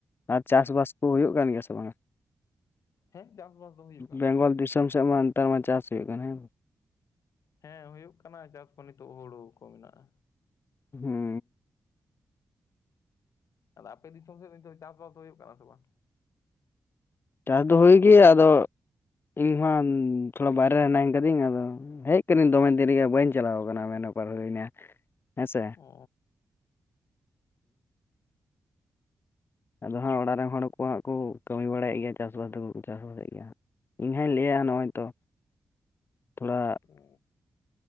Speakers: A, on the left; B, on the left.
A: ᱟᱨ ᱪᱟᱥᱵᱟᱥ ᱠᱚ ᱦᱩᱭᱩᱜ ᱠᱟᱱ ᱜᱮᱭᱟ ᱥᱮ ᱵᱟᱝ-ᱟ?
B: ᱦᱮᱸ ᱪᱟᱥᱵᱟᱥ ᱫᱚ ᱦᱩᱭᱩᱜ ᱠᱟᱱ
A: ᱵᱮᱝᱜᱚᱞ
B: ᱜᱮᱭᱟ
A: ᱫᱤᱥᱚᱢ ᱥᱮᱫ ᱢᱟ ᱱᱮᱛᱟᱨ ᱢᱟ ᱪᱟᱥ ᱦᱩᱭᱩᱜ ᱠᱟᱱᱟ ᱦᱮᱸ ᱵᱟᱝ?
B: ᱦᱮᱸ ᱦᱩᱭᱩᱜ ᱠᱟᱱᱟ ᱪᱟᱥ ᱠᱚ ᱱᱤᱛᱚᱜ ᱦᱩᱲᱩ ᱠᱚ ᱢᱮᱱᱟᱜᱼᱟ
A: ᱦᱩᱸ
B: ᱟᱫᱚ ᱟᱯᱮ ᱫᱤᱥᱚᱢ ᱥᱮᱫ ᱱᱤᱛᱚᱜ ᱫᱚ ᱪᱟᱥᱵᱟᱥ ᱫᱚ ᱦᱩᱭᱩᱜ ᱠᱟᱱᱟ ᱥᱮ ᱵᱟᱝ?
A: ᱪᱟᱥ ᱫᱚ ᱦᱩᱭ ᱜᱮ ᱟᱫᱚ ᱤᱧ ᱢᱟ ᱛᱷᱚᱲᱟ ᱵᱟᱭᱨᱮ ᱨᱮ ᱦᱮᱱᱟᱹᱧ ᱠᱟᱹᱫᱤᱧ ᱟᱫᱚ ᱦᱮᱡ ᱠᱟᱹᱱᱟᱹᱧ ᱫᱚᱢᱮ ᱫᱤᱱ ᱨᱮᱜᱮ ᱵᱟᱹᱧ ᱪᱟᱞᱟᱣ ᱠᱟᱱᱟ ᱢᱮᱱ ᱵᱮᱯᱟᱨ ᱦᱩᱭᱱᱟ ᱦᱮᱸᱥᱮ
B: ᱚ
A: ᱟᱫᱚ ᱦᱟᱸᱜ ᱚᱲᱟᱜ ᱨᱮᱱ ᱦᱚᱲ ᱠᱚ ᱦᱟᱸᱜ ᱠᱚ ᱠᱟᱹᱢᱤ ᱵᱟᱲᱟᱭᱮᱫ ᱜᱮᱭᱟ ᱪᱟᱥᱵᱟᱥ ᱫᱚᱠᱚ ᱪᱟᱥᱵᱟᱥᱮᱫ ᱜᱮᱭᱟ ᱦᱟᱸᱜ ᱤᱧᱦᱚᱧ ᱞᱟᱹᱭᱟ ᱱᱚᱜᱼᱚᱭ ᱛᱚ ᱛᱷᱚᱲᱟ
B: ᱚ